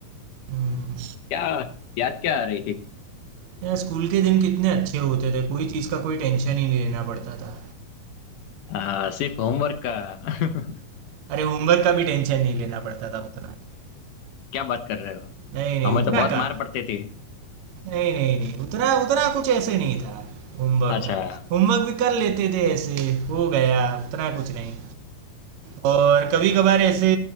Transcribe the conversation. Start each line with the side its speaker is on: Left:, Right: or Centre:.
Right: हम्म,
Left: क्या याद क्या आ रही थी
Right: यार स्कूल के दिन कितने अच्छे होते थे कोई चीज़ का कोई टेंशन ही नहीं लेना पड़ता था
Left: आ, सिर्फ होमवर्क का <laughs>
Right: अरे होमवर्क का भी टेंशन नहीं लेना पड़ता था उतना
Left: क्या बात कर रहे हो
Right: नहीं नहीं
Left: हमें
Right: उतना
Left: तो बहुत
Right: का
Left: मार पड़ती थी
Right: नहीं नहीं नहीं उतना उतना कुछ ऐसे नहीं था होमवर्क
Left: अच्छा
Right: का होमवर्क भी कर लेते थे ऐसे हो गया उतना कुछ नहीं और कभी कभार ऐसे